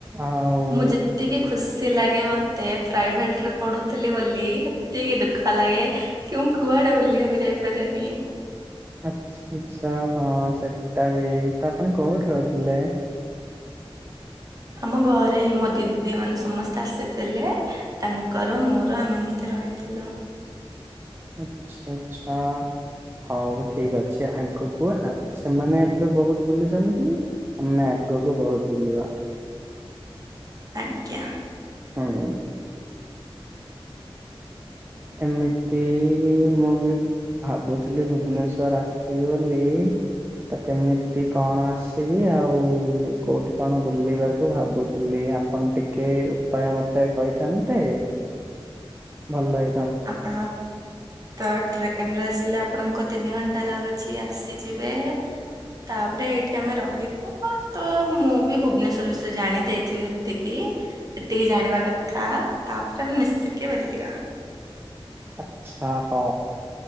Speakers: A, on the right (about 25°); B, on the right (about 40°).
A: ଆଉ
B: ମୁଁ ଯେ ତିକି ଖୁସି ଲାଗେ ମତେ ପ୍ରାଇଭେଟ ରେ ପଢୁଥିଲି ବୋଲି ସେତିକି ଦୁଃଖ ଲାଗେ କି ମୁଁ କୁଆଡେ ବୁଲିଆକୁ ଯାଇପାରେନି।
A: ଆଚ୍ଛା ଆଚ୍ଛା ହଁ ସେଟା ବି ତ ଆପଣ କୋଉଠୁ ରହିଥିଲେ?
B: ଆମ ଘରେ ମୋ ଦିଦି ମାନେ ସମସ୍ତେ ଆସିଥିଲେ ତାଙ୍କର ମୋର ଆମେ ଏମତି ରହିଥିଲୁ।
A: ଆଚ୍ଛା ଆଚ୍ଛା। ହଉ ଠିକ୍ ଅଛି ଆଗକୁ ଏଁ ସେମାନେ ଏବେ ବହୁତ୍ ବୁଲୁଛନ୍ତି ଆମେ ଆଗକୁ ବହୁତ୍ ବୁଲିବା।
B: ଆଜ୍ଞା।
A: ହୁଁ। ଏମିତି ମୁଁ ବି ଭାବୁଥିଲି ଭୁବନେଶ୍ଵର ଆସିବି ବୋଲି ତ କେମିତି କଣ ଆସିବି ଆଉ କୋଉଠି କଣ ବୁଲିବାକୁ ଭାବୁଥିଲି ଆ ପଣ ଟିକେ ଉପାୟ ମତେ କହିଥାନ୍ତେ।
B: ହ
A: ଭଲହେ
B: ଆପଣ ତ ଟ୍ରେନରେ ଆସିଲେ ଆପଣଙ୍କ ତିନି ଘଣ୍ଟା ଲାଗୁଛି ଆସିଯିବେ। ତାପରେ ଏଇଠି ଆମେ ରହିବୁ ହଁ ତ ମୁଁ ବି ଭୁବନେଶ୍ଵର ବିଷୟରେ ଜାଣି ଦେଇଥିବି ଏତିକି ଯେତିକି ଜାଣିବା କଥା ତାପରେ ଆମ ମିଶିକି ବୁଲିବା।
A: ଆଚ୍ଛା ହଉ